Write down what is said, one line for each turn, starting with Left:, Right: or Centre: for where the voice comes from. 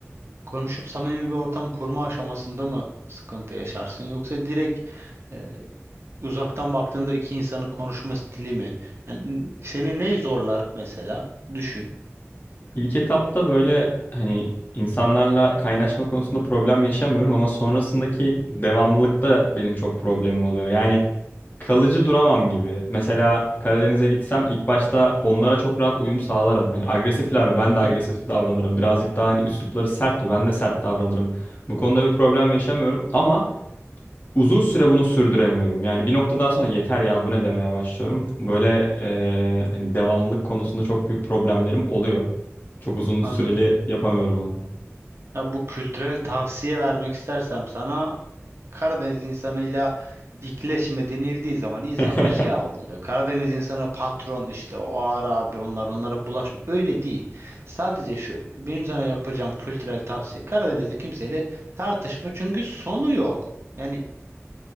Right: konuşup samimi bir ortam kurma aşamasında mı sıkıntı yaşarsın yoksa direkt e, uzaktan baktığında iki insanın konuşma stili mi? Yani seni ney zorlar mesela? Düşün.
Left: İlk etapta böyle hani insanlarla kaynaşma konusunda problem yaşamıyorum ama sonrasındaki devamlılıkta benim çok problemim oluyor. Yani kalıcı duramam gibi. Mesela Karadeniz'e gitsem ilk başta onlara çok rahat uyum sağlarım. Hani agresifler mi? Ben
Right: Hı hı,
Left: de agresif davranırım. Birazcık daha hani üslupları sert mi? Ben de sert davranırım. Bu konuda bir problem yaşamıyorum ama uzun süre bunu sürdüremiyorum. Yani bir noktadan sonra yeter ya bu ne demeye başlıyorum. Böyle eee, hani devamlılık konusunda çok büyük problemlerim oluyor. Çok uzun süreli
Right: anladım.
Left: yapamıyorum onu.
Right: Ya bu kültürel tavsiye vermek istersem sana Karadeniz insanıyla dikleşme denildiği zaman insanlar
Left: <laughs>
Right: şey algılıyor. Karadeniz insanı patron işte o ağır abi onlar onlara bulaşma. Öyle değil. Sadece şu benim sana yapacağım kültürel tavsiye Karadeniz'de kimseyle tartışma çünkü sonu yok. Yani